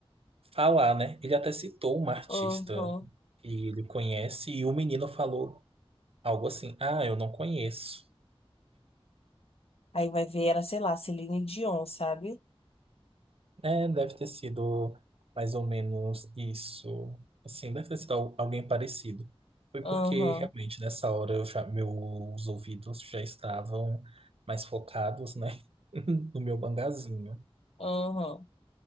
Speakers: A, on the right (about 70°); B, on the left (about 75°).
A: falar, né? Ele até citou uma artista
B: uhum.
A: que ele conhece e o menino falou algo assim: "Ah, eu não conheço".
B: Aí vai ver, era, sei lá, Celine Dion, sabe?
A: É, deve ter sido mais ou menos isso. Assim, deve ter sido al- alguém parecido. Foi
B: Uhum,
A: porque realmente nessa hora eu já, meus ouvidos já estavam mais focados, né? <laughs> No meu bangazinho.
B: uhum.